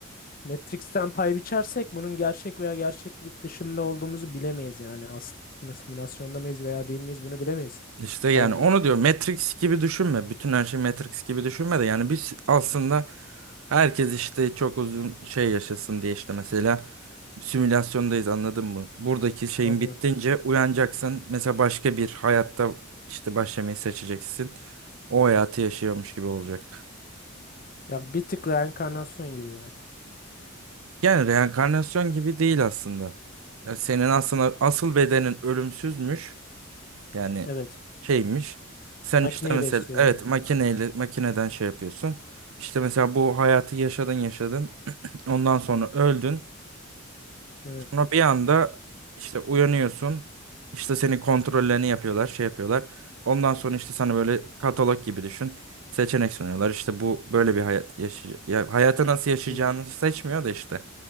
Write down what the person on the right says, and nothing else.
İşte yani
onu diyor Matrix gibi düşünme. Bütün her şey Matrix gibi düşünme de yani biz aslında herkes işte çok uzun şey yaşasın diye işte mesela simülasyondayız anladın mı? Buradaki şeyin
bittince uyanacaksın. Mesela başka bir hayatta işte başlamayı seçeceksin. O hayatı yaşıyormuş gibi olacak.
Yani reenkarnasyon gibi değil aslında. Yani senin aslında asıl bedenin ölümsüzmüş. Yani
şeymiş. Sen
işte mesela
evet
makineyle makineden şey yapıyorsun. İşte mesela bu hayatı yaşadın yaşadın. <clears throat> Ondan sonra öldün.
Sonra bir anda işte uyanıyorsun. İşte senin kontrollerini yapıyorlar, şey yapıyorlar. Ondan sonra işte sana böyle katalog gibi düşün. Seçenek sunuyorlar. İşte bu böyle bir hayat yaşay ya hayatı nasıl yaşayacağını
seçmiyor da işte.